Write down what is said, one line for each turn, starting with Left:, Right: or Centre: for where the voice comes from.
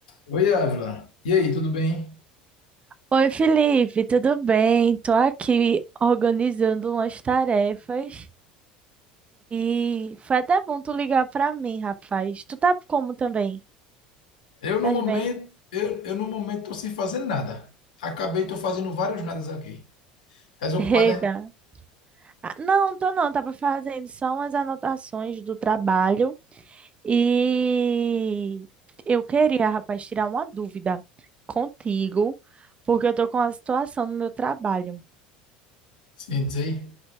Left: Oi, Ávila. E aí, tudo bem?
Right: Oi, Felipe, tudo bem? Tô aqui organizando umas tarefas e foi até bom tu ligar pra mim, rapaz. Tu tá como também?
Left: Eu no
Right: Tás
Left: momento,
Right: bem?
Left: eu, eu no momento tô sem fazer nada. Acabei, tô fazendo vários nadas aqui. Tá
Right: <laughs>
Left: desocupado,
Right: Eita.
Left: é?
Right: Ah, não, tô não, tava fazendo só umas anotações do trabalho e eu queria, rapaz, tirar uma dúvida contigo, porque eu tô com uma situação no meu trabalho.
Left: Sim, diz aí.